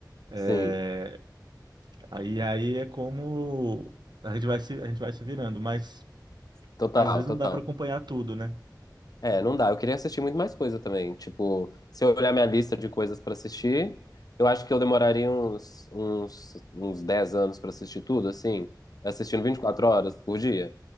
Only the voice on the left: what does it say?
sim,
total,
total.
É, não dá. Eu queria assistir muito mais coisa também. Tipo, se eu olhar minha lista de coisas pra assistir, eu acho que eu demoraria uns, uns, uns 10 anos pra assistir tudo, assim, assistindo 24 horas por dia.